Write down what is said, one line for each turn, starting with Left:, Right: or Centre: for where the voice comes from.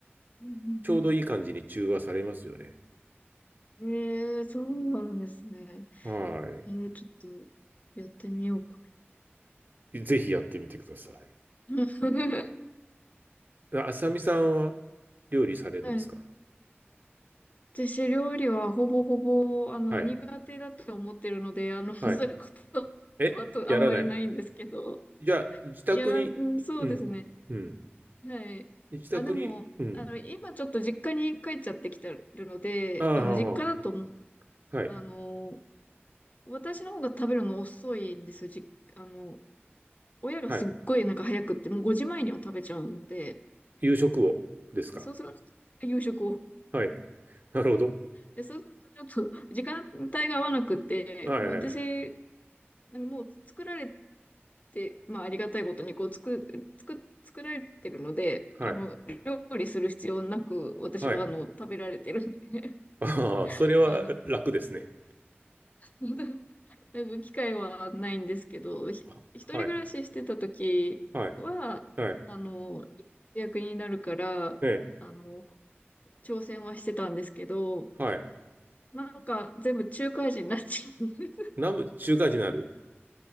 Left: うん
Right: ちょうどいい感じに中和されますよね。
Left: うんうん。へえ、そうなんですね。
Right: は
Left: へえ、ちょっとやってみようか
Right: い。ぜひやってみてください。
Left: な。<laughs>
Right: あさみさんは料理されるんですか
Left: はい。私、料理はほぼほぼ、あの、
Right: はい。
Left: 苦手だと思ってるので、あの、<laughs> そういうことは
Right: はい。えやらない
Left: あとあんまりないんですけど、
Right: じゃあ、自宅に、
Left: やらん、そうですね。
Right: うん、うん。
Left: はい。
Right: 自宅に、
Left: あ、でも、
Right: うん。
Left: あの、今ちょっと実家に帰っちゃってきてるので、
Right: ああ、
Left: あの、
Right: はあは
Left: 実家だともう、
Right: あはい。
Left: あの、私の方が食べるの遅いんですよ。じ、あの、親がすっごいなんか早くって、
Right: はい。
Left: もう5時前には食べちゃうんで、
Right: 夕食をですか
Left: でそうすると、夕食を。
Right: はい。なるほど。
Left: で、そうするとちょっと時間帯が合わなくって、
Right: はいはい。
Left: もう私、なんかもう作られて、まあありがたいことにこう作、作、作られてるので、
Right: はい。
Left: あの、料理する必要なく、私はあの、
Right: はい。
Left: 食べられてるんで。
Right: ああ、
Left: <laughs>
Right: それは楽ですね。
Left: あの、本当になんか機会はないんですけど、ひ、
Right: あはい。
Left: 一人暮らししてた時は、
Right: はい。はい。
Left: あの、役になるから、
Right: ええ。
Left: あの、挑戦はしてたんですけど、
Right: はい。
Left: なんか全部中華味になっちゃう。<laughs>
Right: 南部中華人になる